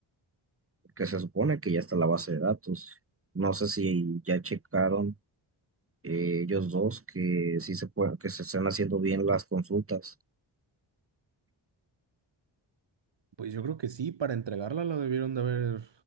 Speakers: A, on the right (about 25°); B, on the right (about 60°).
A: que se supone que ya está la base de datos. No sé si ya checaron eh, ellos dos que sí se puede, que se están haciendo bien las consultas.
B: Pues yo creo que sí, para entregarla la debieron de haber,